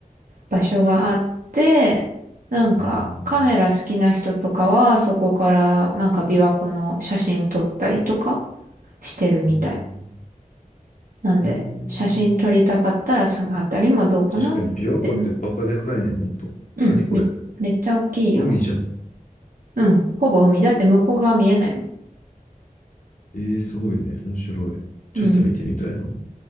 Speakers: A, on the right; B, on the left.
A: 場所があって、なんかカメラ好きな人とかはそこからなんか琵琶湖の写真撮ったりとか
B: うん、
A: してるみたい。
B: うん。
A: なんで写真撮りたかったらそのあたりもどうかなって。
B: うん確かに琵琶湖ってバカでかいね、ほんと。
A: うん、
B: 何これ
A: め、めっちゃ大きいよ。
B: 海じゃん。
A: うん、ほぼ海。だって向こう側見えないもん。
B: ええすごいね。面白い。
A: うん、
B: ちょっと見てみたいな。